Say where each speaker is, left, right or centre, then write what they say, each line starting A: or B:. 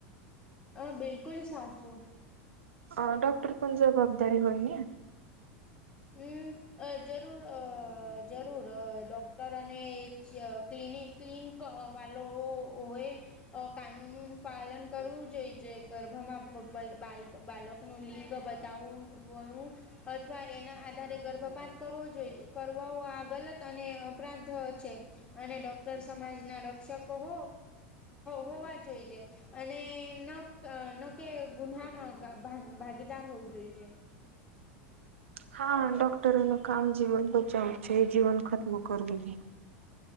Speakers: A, on the left; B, on the right.
A: હ બિલકુલ સાચું
B: અ ડોક્ટર પણ જવાબદારી હોય ને
A: હમ અ જરૂર જરૂર ડૉક્ટર અને ક્લિનિક ક્લીન વાળવો હોય અ કાનૂન ન પાલન કરવું જોઈએ જે ગર્ભમાં બા બાલક નું લિંગ બતાવું વયું અથવા એના આધારે ગર્ભપાત કરવો જોઈએ કરવા આ ગલત અને અપરાધ છે. અને ડોક્ટર સમાજ ના રક્ષકો હો હોવા જોઈ છે. અને ન ન કે ગુહમાં ભાગીદાર હોવું જોઈએ છે.
B: હા ડોક્ટરી ન કામ જીવન બચાવું છે જીવન ખતમ કરવું નહી